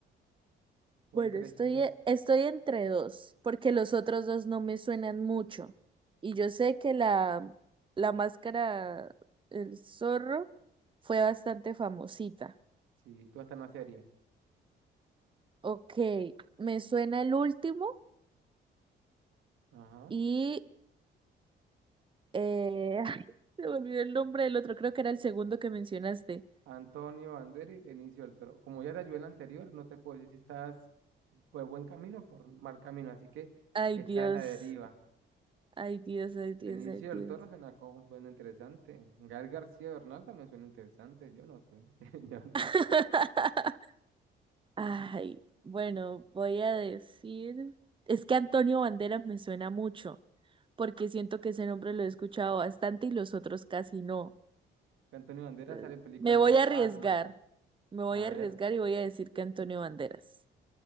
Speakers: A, on the right; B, on the right.
A: ¿Cuál
B: Bueno,
A: crees
B: estoy,
A: que es?
B: e- estoy entre dos, porque los otros dos no me suenan mucho. Y yo sé que la, la máscara, el zorro, fue bastante famosita.
A: Sí, tú estás en la serie.
B: Ok, me suena el último
A: Ajá.
B: y... Eh, <laughs> ay, se me olvidó el nombre del otro, creo que era el segundo que mencionaste.
A: Antonio Banderas, Benicio del Toro. Como ya te ayudé en la anterior, no te puedo decir si estás por buen camino o por mal camino, así que
B: Ay,
A: estás
B: Dios,
A: en la deriva.
B: ay, Dios, ay, Dios,
A: Benicio
B: ay,
A: del
B: Dios.
A: Toro suena, como- suena interesante. Gael García Bernal también suena interesante. Yo no sé. <laughs> Yo
B: <laughs>
A: no sé.
B: Ay, bueno, voy a decir, es que Antonio Banderas me suena mucho, porque siento que ese nombre lo he escuchado bastante y los otros casi no.
A: Antonio Banderas
B: Entonces,
A: sale en películas
B: me voy
A: como
B: a
A: Batman.
B: arriesgar, me voy
A: A
B: a
A: ver.
B: arriesgar y voy a decir que Antonio Banderas.